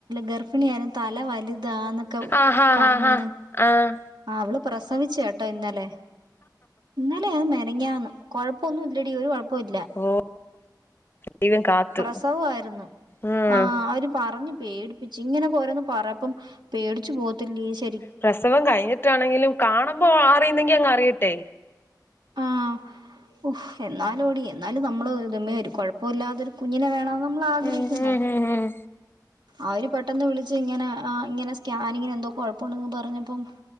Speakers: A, on the right; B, on the left.
A: ഗർഭിണിയാലും തല വലു താന്നൊക്കെ
B: ആഹാഹാഹാ
A: പറഞ്ഞന്ന്
B: ആഹ്
A: അവള് പ്രസവിച്ചി കേട്ടോ ഇന്നലെ ഇന്നലെയ മിങ്ങയന്ന് കുഴപ്പ ഒന്നും ഇല്ലടി ഒരു കുഴപ്പവും ഇല്ല
B: ഓ ദൈവം കാത്തു
A: പ്രസവായിരുന്നു
B: ഉം
A: ആ അവര് പറഞ്ഞു പേടി <unintelligible> രന്ന് പറയപ്പം പേടിച്ചു പോ ത്ത് ലീസ്
B: പ്രസവം കഴിഞ്ഞിട്ടാണെങ്കിലും കാണുമ്പ ആ റിയുന്നെങ്കി അങ്ങ് അറിയട്ടെ
A: ആ ഓ എന്നാലോടി എന്നാലും നമ്മള് ന്റെമ്മേ ഒരു കൊഴപ്പാെല്ലാതൊരു കുഞ്ഞിനെ വേണ നമ്മള് ആഗ്രഹിക്ക്ന്നേ
B: ഉം ഉം ഉം ഉം
A: അവര് പെട്ടെന്ന് വിളിച്ച് ഇങ്ങനെ ആ ഇങ്ങനെ സ്കാനിങ്ങിന് എന്തോ കുഴപ്പുണ്ടന്ന് പറഞ്ഞപ്പം